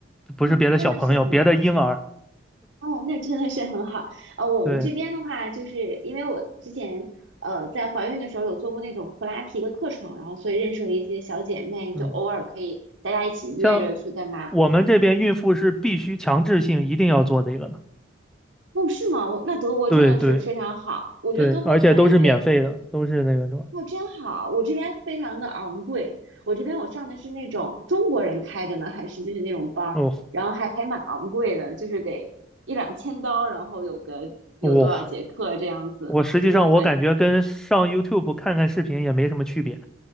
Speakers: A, in the centre; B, on the right (about 75°).
A: 不是别的小朋友，
B: 嗯，真的是很好。
A: 别的婴儿，
B: 哦，那真的是很好。呃，我们这边的话，
A: 对，
B: 就是因为我之前呃在怀孕的时候有做过那种普拉提的课程，然后所以认识了一些小姐妹，就偶尔可以大家一起约着去干嘛。
A: 嗯，像我们这边孕妇是必须强制性一定要做这个的，
B: 哦，是吗？我那德国真的是非常好。
A: 对对
B: 我觉得德国看来对
A: 对，而且都是免费的，都是那个什么。
B: 哦，真好！我这边非常的昂贵，我这边我上的是那种中国人开的呢，还是就是那种班儿，
A: 哦，
B: 然后还还蛮昂贵的，就是得一两千刀，然后有个有多少节课这样子。
A: 哇，我实际上我感觉跟上
B: 对对对，
A: YouTube 看看视频也没什么区别。